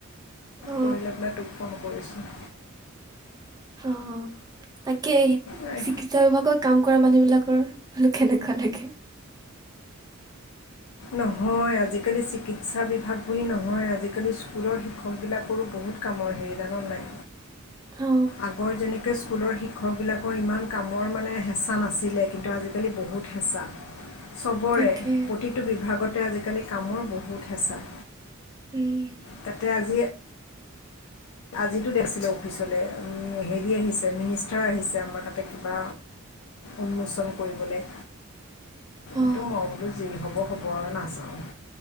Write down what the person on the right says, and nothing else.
অ
অ তাকে
চিকিৎসা বিভাগত কাম কৰা মানুহ বিলাক অ কেনেকুৱা লাগে
অ
তাকে
উম
অ